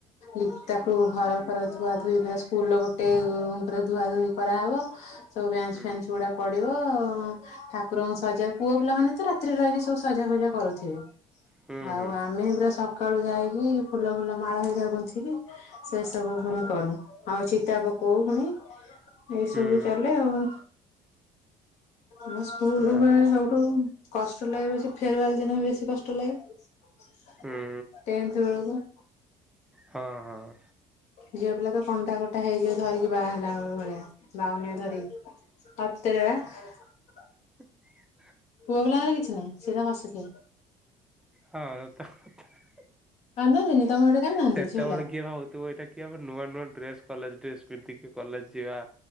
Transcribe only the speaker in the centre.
ହୁଁ
ହୁଁ
ହୁଁ
ହୁଁ
ଆ
ହୁଁ
ହଁ ହଁ।
ଆଜ୍ଞା।
ହଁ ସତକଥା।
ସେତେବେଳେ
କିଏ ଭାବୁଥୁବ ଏଟା କିଏ ଆମର ନୂଆ ନୂଆ ଡ୍ରେସ କଲେଜ ଡ୍ରେସ ପିନ୍ଧିକି କଲେଜ ଯିବା।